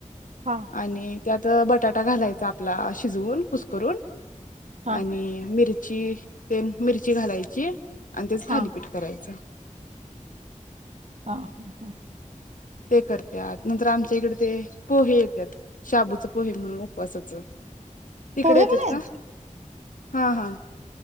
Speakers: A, on the right; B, on the left.
A: हा
B: आणि त्यात बटाट आ घालायचा आपला शिजवून कुस करून
A: हा
B: आणि मिर मिरची घालायची आणि त्याच
A: हा
B: थालीपीठ करायच
A: ह हा हा
B: ते करत्यात नंतर आमच्या इकडे ते पोहे येतात शाबूच पोहे म्हणून उपवासाचं तिकडे
A: पोहे
B: येतात
A: पण आहेत
B: का हा हा